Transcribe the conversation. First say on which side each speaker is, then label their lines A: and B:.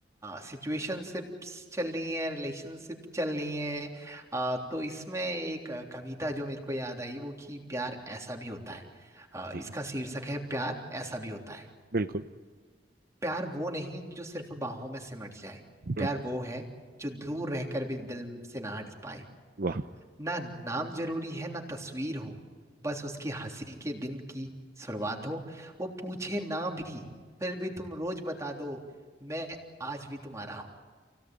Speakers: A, on the right; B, on the right.
A: सिचुएशनशिप्स चल रही हैं रिलेशनशिप चल रही हैं अ, तो इसमें एक अ, कविता जो मेरे को याद आई वो कि प्यार ऐसा भी होता है अ,
B: जी
A: इसका शीर्षक है प्यार ऐसा भी होता है
B: बिल्कुल
A: प्यार वो नहीं जो सिर्फ बाहों में सिमट जाए प्यार
B: हम्म,
A: वो है जो दूर रहकर भी दिल से ना हट पाए
B: वाह
A: ना नाम जरूरी है ना तस्वीर हो बस उसकी हंसी के दिन की शुरुआत हो वो पूछे ना भी फिर भी तुम रोज बता दो मैं आज भी तुम्हारा हूं